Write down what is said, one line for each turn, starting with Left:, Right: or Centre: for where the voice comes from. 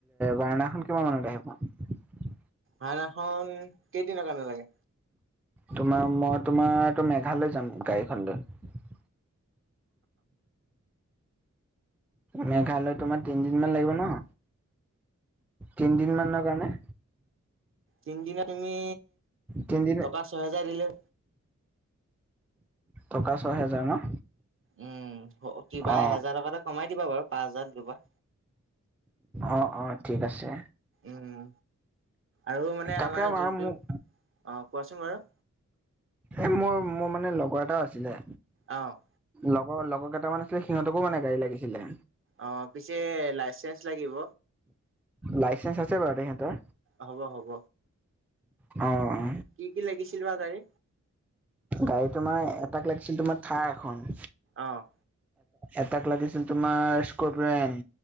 Centre: বাৰণাখন কিমান মানলৈ আহিবা
Right: মখনন কেইদিন কাৰণ লাগে।
Centre: তোমাৰ মই তোমাৰটো মেঘালয় যাম গাড়ীখন লৈ মেঘালয় তোমাৰ তিনিদিন মমান লাগিব ন তিনিদিন মানৰ কাৰণে
Right: তিনিদিনা তুমি
Centre: তিনদিন
Right: টকা ছহেজাৰ দিলে।
Centre: টকা ছয় হেজাৰ ন
Right: উম, কিবা
Centre: অ
Right: এহেজাৰ টকা এটা কমাই দিবা বাৰু পাঁচ হাজাৰ দিবা।
Centre: অ', অ', ঠিক আছে।
Right: উম, আৰু মানে
Centre: তাকে
Right: আমাৰ যোনটো
Centre: আৰু মোক
Right: অ, কোৱাচোন বাৰু।
Centre: এ মো-মোৰ মানে লগৰ এটাও আছিলে।
Right: অ'।
Centre: লগৰ-লগৰ কেইটামান আছিলে সিহঁতকো মানে গাড়ী লাগিছিলে।
Right: অ', পিছে লাইচেন্ঞ্চ লাগিব।
Centre: লাইচেন্ঞ্চ আছে বাৰু তেখেতৰ।
Right: হ'ব হ'ব।
Centre: অ'।
Right: কি কি লাগিছিল বা গাড়ী?
Centre: গাড়ী তোমাৰ এটাক লাগিছিল তোমাৰ থাৰ এখন
Right: অহ,
Centre: এটাক লাগিছিল তোমাৰ স্কেন